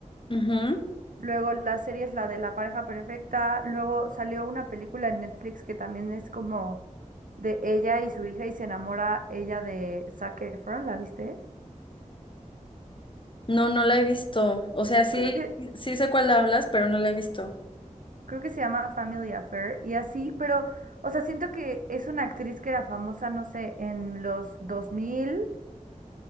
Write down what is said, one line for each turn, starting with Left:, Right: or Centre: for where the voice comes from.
Left: Ujú.
Right: Luego la serie es la de La pareja perfecta. Luego salió una película en Netflix que también es como de ella y su hija y se enamora ella de Zac Efron, ¿la viste?
Left: No, no la he visto. O sea, sí,
Right: Creo que,
Left: sí sé cuál hablas, pero no la he visto.
Right: creo que se llama Family Affair y así, pero, o sea, siento que es una actriz que era famosa, no sé, en los 2000